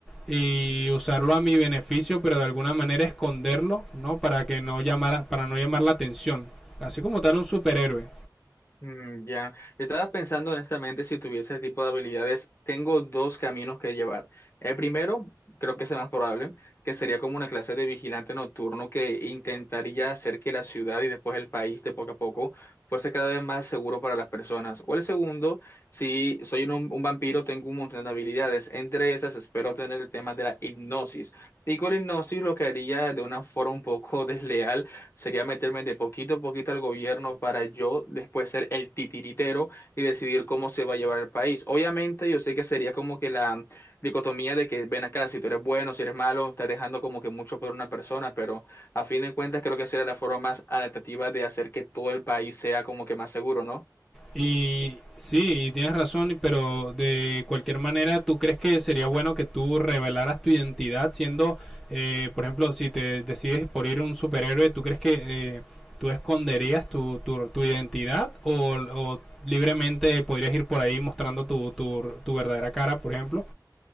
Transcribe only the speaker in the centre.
y usarlo a mi beneficio, pero de alguna manera esconderlo, ¿no? Para que no llamara, para no llamar la atención. Así como tal un superhéroe.
Y sí, y tienes razón, pero de cualquier manera, ¿tú crees que sería bueno que tú revelaras tu identidad siendo, eh, por ejemplo, si te decides por ir un superhéroe, ¿tú crees que eh, tú esconderías tu, tu, tu identidad o, o libremente podrías ir por ahí mostrando tu, tu, tu verdadera cara, por ejemplo?